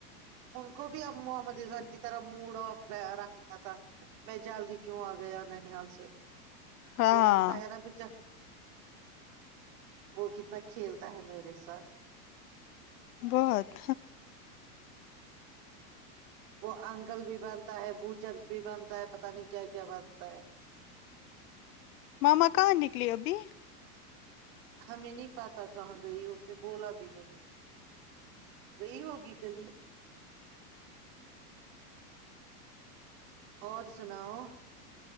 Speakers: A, on the right (about 50°); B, on the left (about 65°).
A: ان کو بھی اب محمد ازان کی طرح موڈ آف رکھنا تھا میں جلد ہی کیوں آ گیا ننیال سے
B: ہاں
A: وہ رکھتا ہے نا پچ وہ کتنا کھیلتا ہے میرے ساتھ
B: بہت
A: وہ انکل بھی بنتا ہے بوچر بھی بنتا ہے پتا نہیں کیا کیا بنتا ہے
B: ماما کہاں نکلی ابھی
A: ہمیں نہیں پاتا کہاں گئی اس نے بولا بھی نہیں گائی ہوگی کہی اور سناؤ